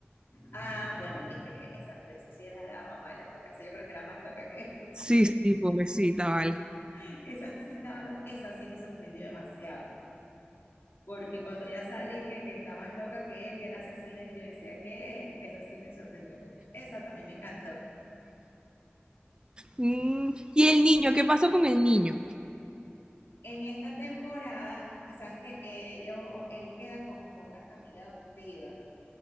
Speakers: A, on the left (about 70°); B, on the right (about 20°).
A: Ah, bueno, viste que esa, pero esa sí era la mamá de las locas. Esa Yo creo que era más loca que
B: Sí, sí, pobrecita, vale.
A: <laughs> esa sí estaba loca. Esa sí me sorprendió demasiado. Porque cuando ella sale y que, que está más loca que él, que era asesina, yo decía que esa sí me sorprendió mucho. Esa también me encantó.
B: Mm, y el niño, ¿qué pasó con el niño?
A: En esta temporada, sabes que ellos, él queda como con una familia adoptiva